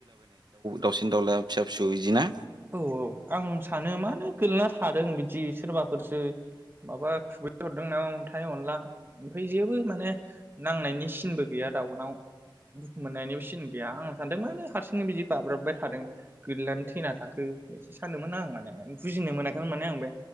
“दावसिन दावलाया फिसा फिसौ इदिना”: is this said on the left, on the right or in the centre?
Right